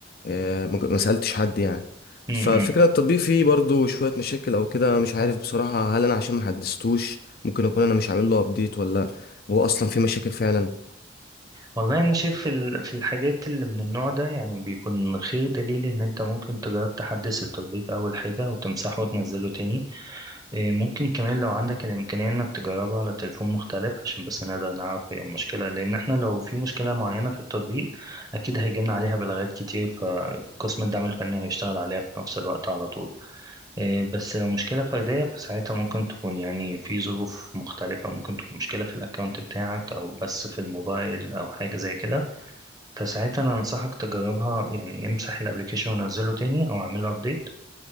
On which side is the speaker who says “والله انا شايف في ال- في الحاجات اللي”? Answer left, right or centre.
Right